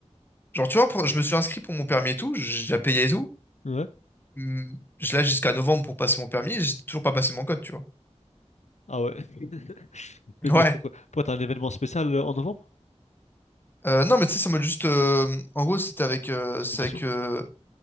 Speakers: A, on the left (about 20°); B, on the left (about 80°).
A: Genre, tu vois, pour- je me suis inscrit pour mon permis et tout. J'ai déjà payé et tout.
B: ouais,
A: Hum, Je l'ai jusqu'à novembre pour passer mon permis. et J'ai toujours pas passé mon code, tu vois.
B: ah ouais. <laughs> Mais
A: Ouais.
B: bah, pourquoi, pourquoi t'as un événement spécial euh, en novembre?
A: Euh, non, mais tu sais, ça mode juste. euh, en gros, c'était avec. euh,
B: Estimation?
A: c'est avec. euh,